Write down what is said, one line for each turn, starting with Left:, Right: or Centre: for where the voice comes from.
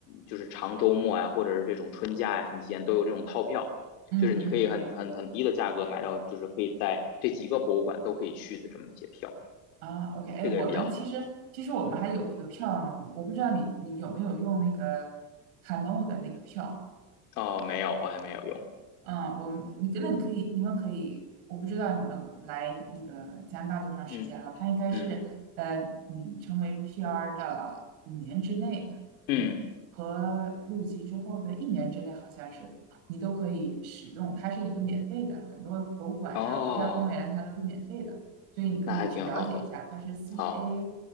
Left: 就是长周末啊，或者是这种春假啊什么期间都有这种套票，
Right: 嗯嗯嗯
Left: 就是你可以很很很低的价格买到，就是可以在这几个博物馆都可以去的这么一些票，
Right: 啊，OK，哎，
Left: 这个也比较好。
Right: 我们其实其实我们还有一个票呢，我不知道你你有没有用那个 Cano 的那个票。
Left: 哦，没有，我还没有用。
Right: 嗯，我们你根本可以，你们可以，我不知道你们来那个加拿大多长时间了，
Left: 嗯
Right: 他应该是呃，
Left: 嗯
Right: 你成为 PR 的五年之内嗯和入籍之后的一年之内，
Left: 嗯，
Right: 好像是你都可以使用，它是一个免费的，很多博物馆呀、
Left: 哦，
Right: 国家公园它都是免费的，所以你可以去了解一下，
Left: 那还挺好的。
Right: 它是 C
Left: 好
Right: A